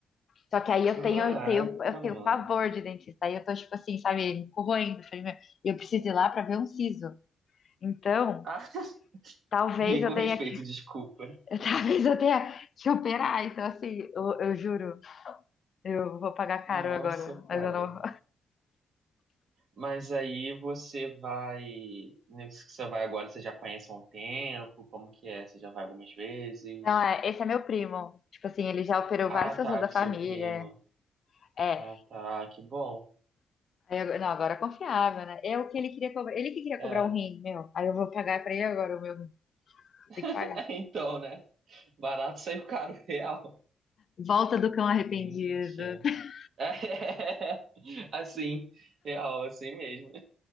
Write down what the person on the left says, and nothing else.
Só que aí
eu tenho, eu tenho, eu
tenho pavor de dentista. Aí eu tô, tipo assim, sabe, corroendo. Falei, meu, eu preciso ir lá pra ver um siso. Então,
talvez
eu tenha
que,
<laughs> talvez eu tenha que operar. Então, assim, eu, eu juro, eu vou pagar caro
agora, mas
eu não.
Não, é, esse é meu primo. Tipo assim, ele já operou
várias pessoas
da
família.
É,
Aí agora- não, agora é confiável, né? É o que ele queria cobrar. Ele que queria
cobrar um rim, meu. Aí eu vou pagar pra ele agora o meu rim. Eu tenho
que pagar.
Volta do cão arrependido.
<laughs>